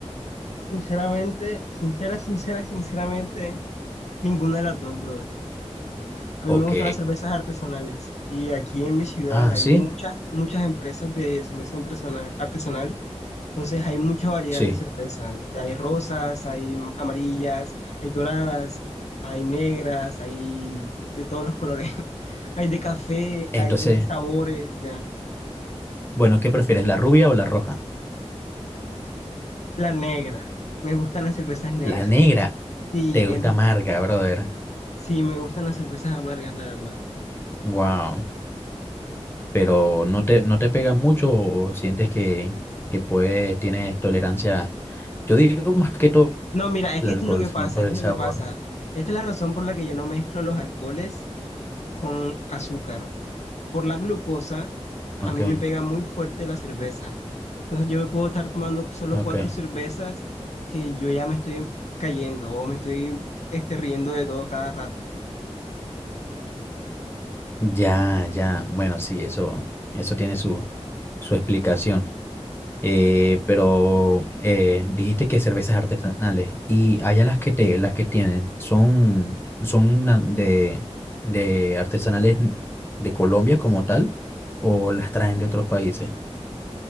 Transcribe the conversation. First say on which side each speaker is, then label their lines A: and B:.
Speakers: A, on the left; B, on the left.
A: Sinceramente, sincera, sincera, sinceramente, ninguna de las dos, brother. A mí
B: Ok.
A: me gustan las cervezas artesanales y aquí en mi ciudad
B: Ah,
A: hay
B: sí,
A: muchas, muchas empresas de cerveza artesana- artesanal. Entonces hay mucha variedad
B: sí.
A: de cervezas. Ya hay rosas, hay amarillas, hay doradas, hay negras, hay de todos los colores. <laughs> Hay de café,
B: Entonces,
A: hay de sabores, ya.
B: bueno, ¿qué prefieres, la rubia o la roja?
A: La negra. Me gustan las cervezas negras.
B: La negra
A: Sí,
B: te
A: en,
B: gusta amarga, brother.
A: sí, me gustan las cervezas amargas, la verdad.
B: Wow. Pero no te, no te pega mucho o sientes que, que puedes, tienes tolerancia. Yo digo más que todo
A: No, mira, es
B: el
A: que
B: alcohol,
A: esto es lo que
B: sino
A: pasa,
B: por
A: esto
B: el
A: es
B: sabor.
A: lo que pasa. Esta es la razón por la que yo no mezclo los alcoholes con azúcar. Por la glucosa, a
B: Ok,
A: mí me pega muy fuerte la cerveza. Entonces yo me puedo estar tomando solo
B: ok.
A: cuatro cervezas que yo ya me estoy cayendo o me estoy este, riendo de todo cada rato.
B: Ya, ya. Bueno, sí, eso, eso tiene su, su explicación. Eh, pero eh, dijiste que cervezas artesanales y allá las que te, las que tienen son, son una- de, de artesanales n- de Colombia como tal o las traen de otros países.